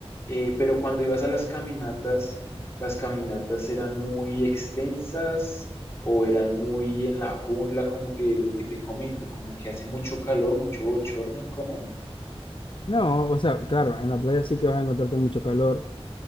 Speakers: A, on the left (about 25°); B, on the left (about 55°).
A: Eh, pero cuando ibas a las caminatas, las caminatas eran muy extensas o eran muy en la jungla, como que lo que te comento, como que hace mucho calor, mucho bochorno, incómodo.
B: No, o sea, claro, en la playa sí que vas a encontrarte mucho calor